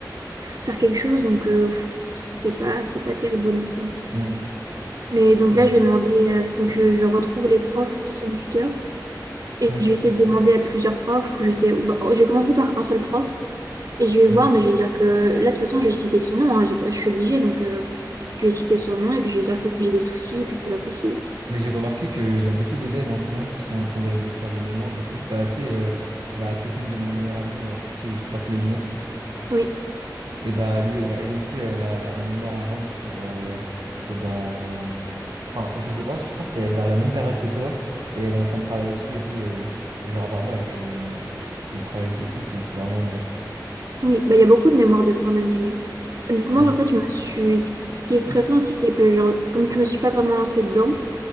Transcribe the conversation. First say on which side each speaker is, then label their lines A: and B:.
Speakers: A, on the right; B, on the right.
A: faire quelque chose. Donc, euh, pff, c'est pas, c'est pas terrible, honnêtement.
B: Mm,
A: Mais donc
B: ouais.
A: là, je vais demander, euh, faut que je, je retrouve les profs qui sont tuteurs. Et
B: Mm,
A: je vais essayer de demander à plusieurs profs. ou Je sais, ou bah, je vais commencer par un seul prof. Et je vais voir,
B: mm.
A: mais je vais dire que là, de toute façon, je vais citer son nom. hein, j'ai pas- je suis obligée. Donc, euh, je vais citer son nom et puis je vais dire que j'ai des soucis, que c'est pas possible.
B: Mais j'ai remarqué qu'il y a beaucoup d'élèves en ce moment qui sont en train de, de faire des mémoires, du coup. Bah, tu sais, euh, la copine de mon meilleur ami, euh, celui qui porte les lunettes.
A: Oui,
B: Et bah, lui, euh, elle aussi, euh, elle a un mémoire à rendre pour, euh, pour dans. Enfin, je sais pas, je pense que c'est vers la même période que toi, et elle est en train de travailler dessus et tout. euh, et genre, apparemment, elle, est- elle, est, elle, elle travaille de ouf et c'est vraiment dur.
A: oui. Bah, il y a beaucoup de mémoires de fin d'année. Mais honnêtement,
B: Mm,
A: en fait, je me suis... ce ce qui est stressant aussi, c'est que, genre, comme je me suis pas vraiment lancée dedans,